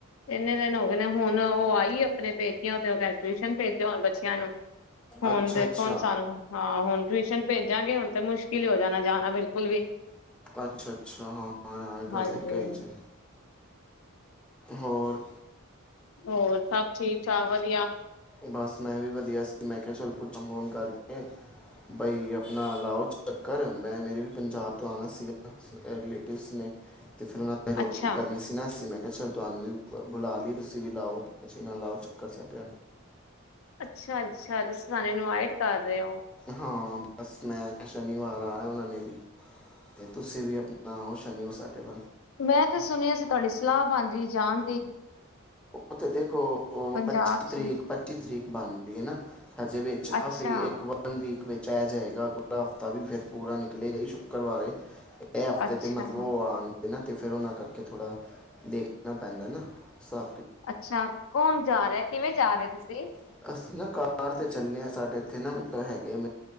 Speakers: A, on the left; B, in the centre.
A: ਇੰਨੇ ਦਿਨ ਹੋ ਗਏ ਨੇ ਹੁਣ ਉਹ ਆਈ ਆਪਣੇ ਪੇਕਓ ਤੇ ਉਹ ਕਹਿ ਰਹੀ ਟਿਊਸ਼ਨ ਭੇਜੋ ਹੁਣ ਬੱਚਿਆਂ ਨੂੰ ਹੁਣ
B: ਅੱਛਾ
A: ਦੇਖੋ
B: ਅੱਛਾ
A: ਹੁਣ ਸਾਨੂੰ, ਹਾਂ ਹੁਣ ਟਿਊਸ਼ਨ ਭੇਜਾਂਗੇ ਹੁਣ ਤੇ ਮੁਸ਼ਕਿਲ ਹੀ ਹੋ ਜਾਣਾ ਬਿਲਕੁਲ ਵੀ,
B: ਅਛਾ -ਅਛਾ ਹਾਂ ਇਹ ਗੱਲ
A: ਹਾਂਜੀ
B: ਸਹੀ ਕਹੀ 'ਚ, ਹੋਰ
A: ਹੋਰ ਸਭ ਠੀਕ- ਠਾਕ ਵਧੀਆ-
B: ਬਸ ਮੈ ਵੀ ਵਧੀਆ ਸੀ, ਮੈ ਕਿਹਾ ਚਲ ਪੁੱਛਾਂ ਫੋਨ ਕਰਕੇ ਬਾਈ ਆਪਣਾ ਲਾਓ ਚੱਕਰ, ਮੈ ਮੇਰੇ ਵੀ ਪੰਜਾਬ ਤੋਂ ਆਉਣਾ ਸੀਗਾ ਰਿਲੇਟਿਵਸ ਨੇ- ਤੇ ਫਿਰ ਉਹਨਾ ਨੇ ਰੋਟੀ
A: ਅੱਛਾ।
B: ਕਰਨੀ ਮੈਂ ਕਿਹਾ ਚੱਲ ਤੁਹਾਨੂੰ ਵੀ ਬੁਲਾ ਲਈ ਤੁਸੀ ਵੀ ਲਾਓ ਖੁਸ਼ੀ ਨਾਲ ਲਾਓ ਚੱਕਰ ਸਾਡੇ
A: ਅੱਛਾ ਅੱਛਾ ਤੁਸੀਂ ਸਾਨੂੰ ਇਨਵਾਈਟ ਕਰ ਰਹੇ ਹੋ
B: ਹਾਂ ਬਸ ਮੈਂ ਸ਼ਨੀਵਾਰ ਆਇਆ ਉਹਨਾਂ ਨੇ ਵੀ ਤੇ ਤੁਸੀਂ ਵੀ ਆਪਣਾ ਉਹ ਸ਼ਨੀਵਾਰ ਸਾਡੇ ਵਲ-
A: ਮੈਂ ਤਾਂ ਸੁਣਿਆ ਸੀ ਤੁਹਾਡੀ ਸਲਾਹ ਬਣ ਰਹੀ ਜਾਣ ਦੀ
B: ਉਹ ਤੇ ਦੇਖੋ ਉਹ
A: ਪੰਜਾਬ
B: ਪੱਚੀ
A: ਚ
B: ਤਰੀਕ, ਪੱਚੀ ਤਰੀਕ ਬਣ ਰਹੀ ਹੈ ਨਾ, ਹਜੇ ਵਿੱਚ
A: ਅੱਛਾ
B: ਕਾਫੀ ਇੱਕ ਵਾਰ ਨ ਵੀਕ ਵਿੱਚ ਆਇਆ ਜਾਏਗਾ ਅਗਲਾ ਹਫ਼ਤਾ ਵੀ ਫਿਰ ਪੂਰਾ ਨਿਕਲੇਗਾ ਸ਼ੁੱਕਰਵਾਰ ਐ ਹਫ਼ਤੇ
A: ਅੱਛਾ
B: ਤੇ ਮਤਲਬ ਉਹ ਆਉਣ? ਤੇ ਫੇਰ ਉਹਨਾਂ ਕਰਕੇ ਥੋੜਾ ਦੇਖਣਾ ਪੈਂਦਾ ਨਾ ਸਾਫ਼
A: ਅੱਛਾ, ਕੌਣ ਜਾ ਰਿਹਾ, ਕਿਵੇਂ ਜਾ ਰਹੇ ਤੁਸੀਂ?
B: <unintelligible> <inaudible> ਬਾਹਰ ਤਾਂ ਚੱਲੇ ਹ ਸਾਡੇ ਇੱਥੇ ਨਾ ਮਤਲਬ ਹੈਗੇ